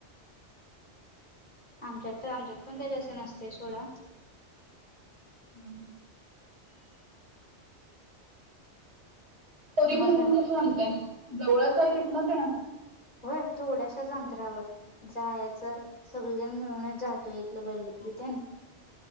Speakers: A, on the left (about 45°); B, on the right (about 65°).
A: आमच्यात तर आमच्यात पण काही तसं नसते सोडा
B: हम पोरी
A: मसा
B: भरून कसं आणताय जवळच आहेय तथ ना काय
A: होय थोड्याश्याच अंतरावर जायच सगळेजण मिळण्यात जातोय इथलं गल्लीतले तेण